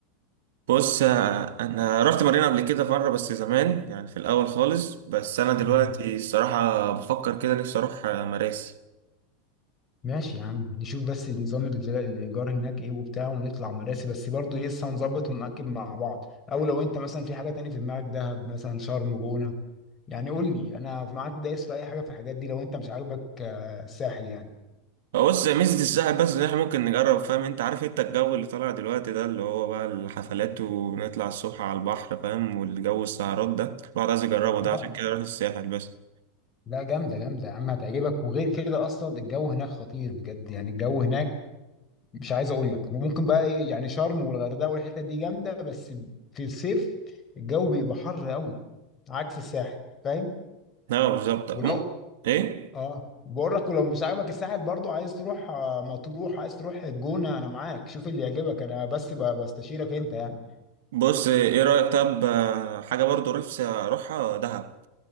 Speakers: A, on the right; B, on the left.
A: بص آه، انا رحت مارينا قبل كده مره بس زمان يعني في الاول خالص بس انا دلوقتي
B: تاني
A: الصراحه بفكر كده نفسي اروح آه، مراسي
B: ماشي يا عم نشوف بس نظام الفلا- الايجار هناك ايه وبتاع ونطلع مراسي بس برضو ايه، لسه هنظبط ونأكد مع بعض او لو انت مثلا في حاجه تاني في دماغك دهب مثلا شرم جونه يعني قول لي انا معاك دايس في اي حاجه في الحاجات دي لو انت مش عاجبك آه، الساحل يعني
A: بص ميزه الساحل بس ان احنا ممكن نجرب فاهم انت عارف انت الجو اللي طالع دلوقتي ده اللي هو بقى الحفلات ونطلع الصبح على البحر فاهم والجو السهرات ده الواحد عايز يجربه
B: اه
A: ده عشان كده اروح الساحل بس
B: لا جامده جامده يا عم هتعجبك وغير كده اصلا الجو هناك خطير بجد يعني الجو هناك مش عايز اقول لك وممكن بقى ايه يعني شرم والغردقه والحتت دي جامده بس في الصيف الجو بيبقى حر قوي عكس الساحل فاهم
A: لا بالظبط
B: ولو
A: ممكن ايه
B: اه بقول لك ولو مش عاجبك الساحل برضو عايز تروح آه، مطروح عايز تروح الجونة انا معاك شوف اللي يعجبك انا بس ب- بستشيرك انت يعني
A: بص ايه رأيك طب آه، حاجة برضو نفسي اروحها دهب